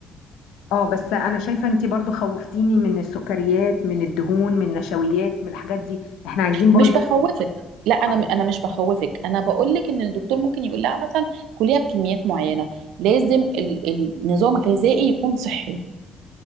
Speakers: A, on the left; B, on the right.
A: اه بس انا شايفه انتي برضو خوفتيني من السكريات من الدهون من النشويات من الحاجات دي احنا عايزين برضو
B: مش بخوفك لا أنا
A: أو.
B: أنا مش بخوفك أنا بقول لك إن الدكتور ممكن يقول لها مثلا كليها بكميات معينة لازم ال- النظام الغذائي يكون صحي